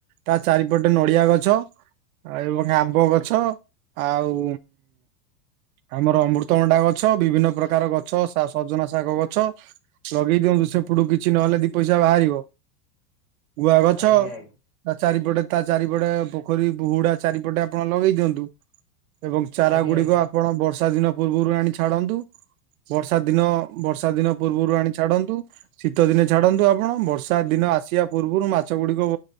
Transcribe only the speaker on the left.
ଆଜ୍ଞା ଆଜ୍ଞା।
ଆଜ୍ଞା
ଆଜ୍ଞା